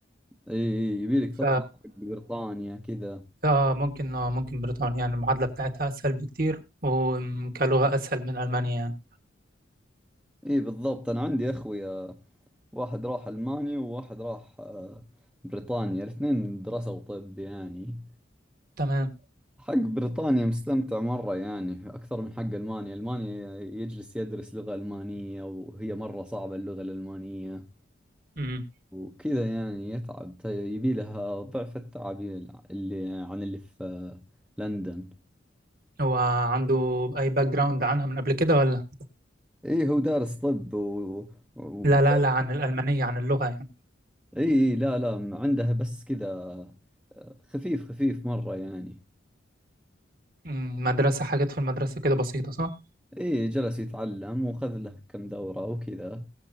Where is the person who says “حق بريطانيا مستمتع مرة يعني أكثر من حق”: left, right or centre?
Centre